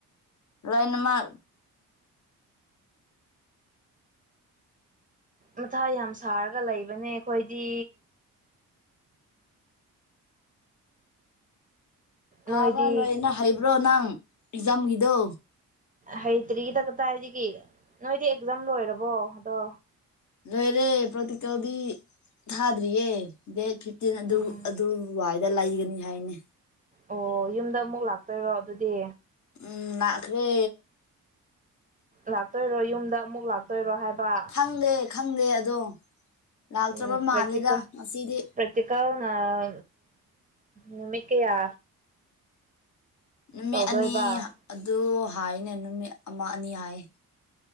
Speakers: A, on the left; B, on the right.
A: ꯂꯣꯏꯅꯃꯛ
B: ꯃꯊꯥ ꯌꯥꯝ ꯁꯥꯔꯒ ꯂꯩꯕꯅꯦ ꯑꯩꯈꯣꯏꯗꯤ
A: ꯊꯥꯕ
B: ꯅꯣꯏꯗꯤ
A: ꯂꯣꯏꯅ ꯍꯩꯕ꯭ꯔꯣ ꯅꯪ ꯑꯦꯛꯖꯥꯝꯒꯤꯗꯣ
B: ꯍꯩꯇ꯭ꯔꯤꯗ ꯀꯗꯥꯏꯒꯤ ꯅꯣꯏꯗꯤ ꯑꯦꯛꯖꯥꯝ ꯂꯣꯏꯔꯕꯣ ꯑꯗꯣ
A: ꯔꯣꯏꯔꯦ ꯄ꯭ꯔꯥꯇꯤꯀꯦꯟꯗꯤ ꯊꯥꯗ꯭ꯔꯤꯌꯦ ꯗꯦꯠ ꯐꯤꯐꯇꯤꯟ ꯑꯗꯨ
B: ꯎꯝ
A: ꯑꯗꯨꯋꯥꯏꯗ ꯂꯩꯒꯅꯤ ꯍꯥꯏꯅꯦ
B: ꯑꯣ ꯌꯨꯝꯗ ꯑꯃꯨꯛ ꯂꯥꯛꯇꯣꯏꯔꯣ ꯑꯗꯨꯗꯤ
A: ꯎꯝ ꯂꯥꯛꯈ꯭ꯔꯦ
B: ꯂꯥꯛꯇꯣꯏꯔꯣ ꯌꯨꯝꯗ ꯑꯃꯨꯛ ꯂꯥꯛꯇꯣꯏꯔꯣ ꯍꯥꯏꯕ
A: ꯈꯪꯗꯦ ꯈꯪꯗꯦ ꯑꯗꯣ ꯂꯥꯛꯇ꯭ꯔꯕ
B: ꯎꯝ
A: ꯃꯥꯜꯂꯦꯗ
B: ꯄ꯭ꯔꯦꯛꯇꯤꯀꯦꯜ
A: ꯉꯁꯤꯗꯤ
B: ꯄ꯭ꯔꯦꯛꯇꯤꯀꯦꯜꯅ ꯑꯥ ꯅꯨꯃꯤꯠ ꯀꯌꯥ
A: ꯅꯨꯃꯤꯠ
B: ꯇꯧꯗꯣꯏꯕ
A: ꯑꯅꯤ ꯑꯗꯨ ꯍꯥꯏꯅꯦ ꯅꯨꯃꯤꯠ ꯑꯃ ꯑꯅꯤ ꯍꯥꯏꯌꯦ